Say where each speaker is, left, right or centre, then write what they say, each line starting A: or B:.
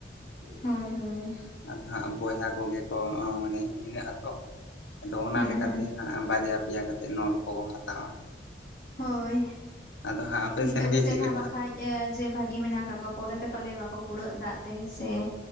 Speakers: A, on the left; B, on the left.
A: ᱦᱳᱭ ᱦᱳᱭ᱾
B: ᱟᱫᱚ ᱦᱟᱸᱜ ᱵᱚᱭᱦᱟ ᱠᱚᱜᱮ ᱠᱚ ᱢᱟᱱᱮ ᱵᱷᱤᱱᱟᱹᱜ ᱟᱛᱚ, ᱟᱫᱚ ᱚᱱᱟ
A: ᱦᱮᱸ
B: ᱞᱮᱠᱟᱛᱮ
A: ᱦᱮᱸ
B: ᱦᱟᱸᱜ ᱵᱟᱨᱭᱟ ᱯᱤᱭᱟ ᱠᱟᱛᱮᱫ ᱱᱚᱞ ᱠᱚᱠᱚ ᱦᱟᱛᱟᱣᱟ᱾
A: ᱦᱳᱭ
B: ᱟᱫᱚ ᱦᱟᱸᱜ ᱟᱯᱮ
A: ᱱᱤᱛᱚᱜ
B: ᱥᱮᱱ
A: ᱜᱮᱥᱮ
B: ᱜᱮ ᱪᱮᱫ
A: ᱱᱟᱦᱟᱜ
B: ᱞᱮᱠᱟ?
A: ᱵᱟᱝᱠᱷᱟᱡ ᱡᱮ ᱵᱷᱟᱜᱤ ᱢᱮᱱᱟᱜ ᱠᱟᱜ ᱠᱚᱣᱟ ᱯᱚᱨᱮᱛᱮ ᱯᱟᱞᱮ ᱵᱟᱠᱚ ᱠᱩᱲᱟᱹᱜ ᱫᱟᱜ ᱛᱮ ᱥᱮ